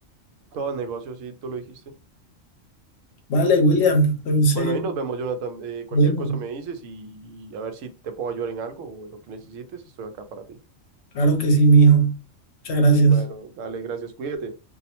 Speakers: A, on the right; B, on the left.
A: Todo negocio, sí, tú lo dijiste.
B: Vale, William, entonces,
A: Bueno, ahí nos vemos, Jonathan. Eh, cualquier
B: bueno,
A: cosa me dices y a ver si te puedo ayudar en algo o en lo que necesites, estoy acá para ti.
B: claro que sí, mijo. Muchas gracias.
A: Bueno, dale, gracias, cuídate.